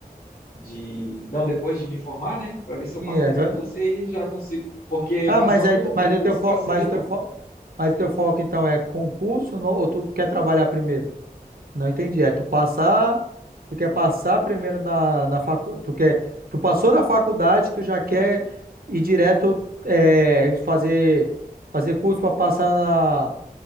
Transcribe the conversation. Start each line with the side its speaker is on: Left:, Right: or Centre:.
Left: de... Não, depois de me formar, né? Pra ver se eu
Right: Sim,
Left: passo
Right: é,
Left: num concurso
Right: vai-
Left: e aí já consigo. Porque
Right: Ah,
Left: passando
Right: mas aí,
Left: num
Right: mas
Left: concurso
Right: o teu foco,
Left: facilita,
Right: mas o teu
Left: pô.
Right: foco, mas o teu foco então é concurso no- ou tu quer trabalhar primeiro? Não entendi. É tu passar, tu quer passar primeiro na, na faculdade, tu quer, tu passou na faculdade, tu já quer ir direto é, fazer fazer curso para passar na